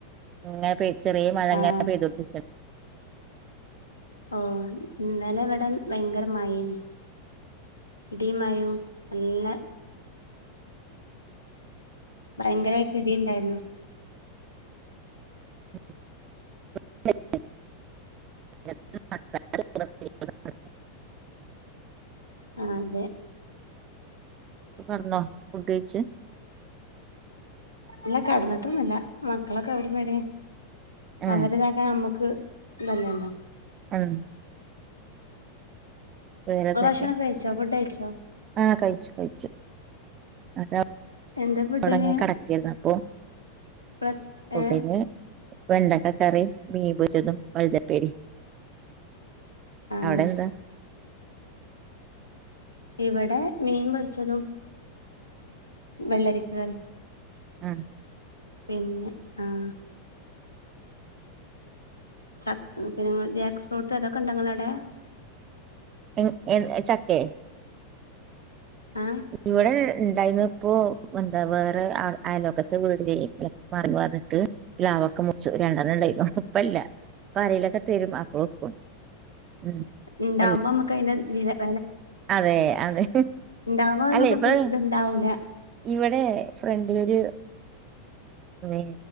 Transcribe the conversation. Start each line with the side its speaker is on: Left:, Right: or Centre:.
Right: ഇങ്ങനെ പെയ് ചെറ്യേ മഴ ഇങ്ങനെ
Left: ആഹ്
Right: പെയ്തുകൊട്ട <unintelligible> ട്ടണ്ട്
Left: ഓ ഇന്നലെ വെടെ ഭയങ്കര മഴേനി ഇടിം മയും നല്ല ഭയങ്കരായിട്ട് ഇടി ഇണ്ടായിരുന്നു
Right: <unintelligible>
Left: ആഹ് അതെ
Right: പറന്നോ ഫുഡ്‌ കയിച്ച്
Left: ഇല്ല കടന്നിട്ടൊന്നുല്ല മക്കളൊക്കെ ഔടിം ബെടിം
Right: ഉം
Left: അവരിതൊക്കെ ഞമ്മക്ക് തല്ലെല്ലോ
Right: ഉം വേറെന്തൊക്കെ?
Left: ഭക്ഷണൊക്കെ കഴിച്ചോ ഫുഡ് കഴിച്ചോ
Right: ആഹ് കഴിച്ചു കഴിച്ചു. അതാ.
Left: എന്താ ഫുഡിന്
Right: തുടങ്ങി കിടക്കയ്ന്നപ്പൊ.
Left: പ്ര
Right: ഫുഡിന്
Left: ഏഹ്
Right: വെണ്ടക്കക്കറി മീൻ പൊരിച്ചതും വഴുതപ്പേരി
Left: ആഹ്
Right: അവിടെന്താ
Left: ഇവിടെ മീൻ പൊരിച്ചതും വെള്ളരിക്ക കറി
Right: ആഹ്
Left: പിന്നെ ആഹ് ചക്ക് പിന്നെ ജാക്ക് ഫ്രൂട്ട് അതൊക്കെ ഉണ്ട ങ്ങടെ അവിടെ?
Right: എൻ എൻ ചക്കെ
Left: ആഹ്
Right: ഇവിടെ ഉണ്ടായിന്ന ഇപ്പോ എന്താ വേറെ അയലോകത്തെ വീട് മറി പറഞ്ഞിട്ട് പ് ലാവൊക്കെ മുച്ചു രണ്ടെണ്ണം ഉണ്ടായിരുന്നു ഇപ്പല്ല്യ. ഇപ്പൊ ആരേലുവോക്കെ തരും അപ്പോ വെക്കും. ഉം
Left: ഇണ്ടാവുമ്പമ്മക്കായിന്
Right: ഇപ്പല്ല.
Left: വി <unintelligible>
Right: അതെ അതെ
Left: ഉണ്ടാവുമ്പോ
Right: അല്ലെ
Left: നമുക്ക്
Right: ഇപ്പം
Left: ഇത്ണ്ടാവൂല
Right: ഇവിടെ ഫ്രണ്ടിലൊരു നി